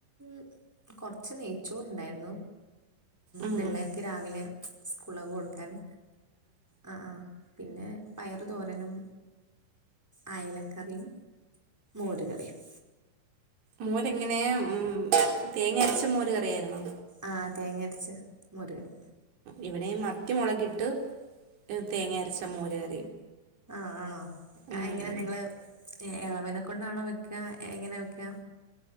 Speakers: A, in the centre; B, on the right (about 60°).
A: അപ്പം കുറച്ച് നെയ്ച്ചോറ ഉണ്ടായിരുന്നു
B: ഉം
A: പിള്ളേർക്ക് രാവിലെ സ്കൂളൊക്കെ കൊടുക്കാന് ആ ആ പിന്നെ പയറ് തോരനും അയലക്കറിയും മോര് കറിയും
B: മോര്ങ്ങനെ ഉം തേങ്ങ അരച്ച മോര് കറിയായിുന്നോ
A: ആ തേങ്ങരച്ച് മുരുകറി
B: ഇവിടെയും മത്തിമുളകിട്ട് തേങ്ങ അരച്ച മോരര
A: ആ ആണോ
B: ഉം,
A: ആ എങ്ങനെ നിങ്ങള് ഇളവന കൊൊണ്ടാണോ വെക്ക എങ്ങനെയ വെക്ക